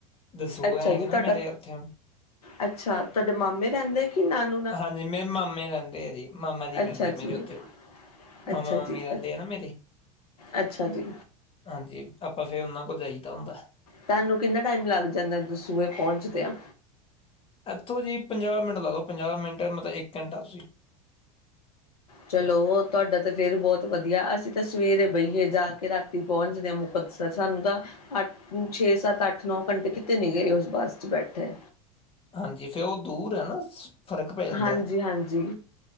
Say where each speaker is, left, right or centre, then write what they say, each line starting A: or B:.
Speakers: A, on the left; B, on the left.
A: ਦਸੂਆ
B: ਅੱਛਾ
A: ਹੈਗਾ
B: ਜੀ ਤੁਹਾਡਾ
A: ਨਾ ਮੇਰੇ ਉੱਥੇ
B: ਅੱਛਾ ਤੁਹਾਡੇ ਮਾਮੇ ਰਹਿੰਦੇ ਕਿ ਨਾਨਕੇ।
A: ਹਾਂਜੀ ਮੇਰੇ ਮਾਮੇ ਰਹਿੰਦੇ ਆ ਜੀ ਮਾਮਾ ਜੀ
B: ਅੱਛਾ
A: ਰਹਿੰਦੇ ਮੇਰੇ
B: ਜੀ
A: ਉੱਥੇ ਹੁਣ।
B: ਅੱਛਾ
A: ਹੁਣ ਮਾਮੀ
B: ਜੀ
A: ਰਹਿੰਦੀ
B: ਅ
A: ਆ ਨਾ ਮੇਰੀ।
B: ਅੱਛਾ ਜੀ
A: ਹਾਂਜੀ ਆਪਾਂ ਫੇਰ ਉਹਨਾਂ ਕੋਲ ਜਾਈਦਾ ਹੁੰਦਾ।
B: ਤੁਹਾਨੂੰ ਕਿੰਨਾ ਟਾਈਮ ਲੱਗ ਜਾਂਦਾ ਦਸੂਏ ਪਹੁੰਚਦੇ ਆ।
A: ਇੱਥੋਂ ਜੀ ਪੰਜਾਹ ਮਿੰਟ ਲਾ ਲੋ ਪੰਜਾਹ ਮਿੰਟ ਮਤਲਬ ਇੱਕ ਘੰਟਾ ਤੁਸੀਂ।
B: ਚਲੋ ਤੁਹਾਡਾ ਤਾਂ ਫੇਿਰ ਬਹੁਤ ਵਧੀਆ ਅਸੀਂ ਤਾਂ ਸਵੇਰੇ ਬਹੀਏ ਜਾ ਕੇ ਰਾਤੀ ਪਹੁੰਚਦੇ ਹਾਂ ਮੁ ਸਾਨੂੰ ਤਾਂ ਅੱਠ ਛੇ ਸੱਤ ਅੱਠ ਨੌ ਘੰਟੇ ਕਿਤੇ ਨੀ ਗਏ ਉਸ ਬੱਸ ਚ ਬੈਠੇ
A: ਹਾਂਜੀ ਫਿਰ ਉਹ ਦੂਰ ਹੈ ਨਾ ਫਰਕ ਪੈ ਜਾਂਦਾ
B: ਹਾਂਜੀ ਹਾਂਜੀ